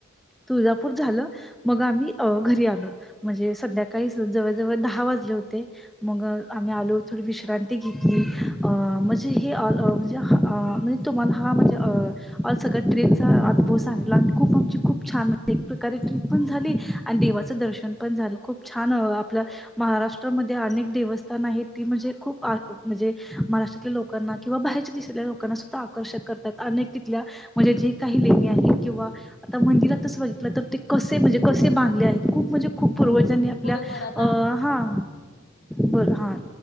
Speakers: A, in the centre; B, on the left (about 50°).
A: तुळजापूर झालं. मग आम्ही घरी आलो म्हणजे संध्याकाळी जवळ जवळ दहा वाजले होते. मग आम्ही आलो थोडी विश्रांती घेतली अ म्हणजे हे म्हणजे अ म्हणजे तुम्हाला हा माणजेऑल सगळ्या ट्रेचा अनुभव सांगितला आणि खूप आमची खूप छान एक प्रकारे ट्र्रीप पण झाली आणि देवाचं दर्शन पण झालं खूप छान आपलं महाराष्ट्रामध्ये अनेक देवस्थान आहेत ती म्हणजे खूप आ म्हणजे महाराष्ट्रातल्या लोकांना किंवा बाहेरच्या देशातल्या लोकांना सुद्धा आकर्षक करतात अनेक तिथल्या म्हणजे जे काही लेणी आहे किंवा आता मंदिरातच बघे तर ते कसे म्हणजे कसे बांधले आहेत खूप म्हणजे खूप पूर्वजांनी
B: होय
A: आपल्या
B: बरोबर आता
A: हां बरं हां